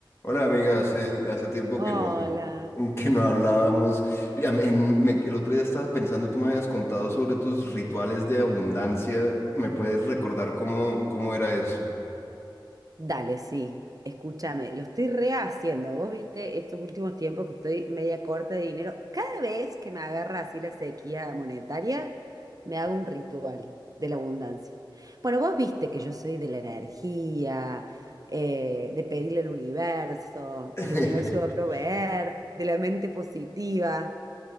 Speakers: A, on the left; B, on the right.
A: Hola amiga, hace, hace tiempo
B: Hola.
A: que no, <laughs> que no hablábamos. Ya me- en- me- el otro día estaba pensando y tú me habías contado sobre tus rituales de abundancia. ¿Me puedes recordar cómo, cómo era eso?
B: Dale, sí. Escúchame, lo estoy rehaciendo. Vos viste estos últimos tiempos que estoy media corta de dinero. Cada vez que me agarra así la sequía monetaria, me hago un ritual de la abundancia. Bueno, vos viste que yo soy de la energía, eh, de pedirle al universo,
A: <laughs>
B: el universo va a proveer, de la mente positiva.